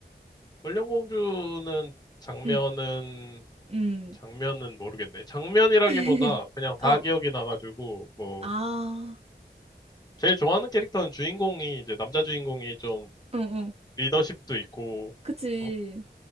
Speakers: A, on the left; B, on the right.
A: 원령공주는 장면은
B: 응, 응.
A: 장면은 모르겠네. 장면이라기보다
B: <laughs>
A: 그냥 다
B: 어,
A: 기억이 나가지고 뭐
B: 아,
A: 제일 좋아하는 캐릭터는 주인공이 이제 남자 주인공이 좀
B: 응, 응.
A: 리더십도 있고
B: 그치.
A: 어?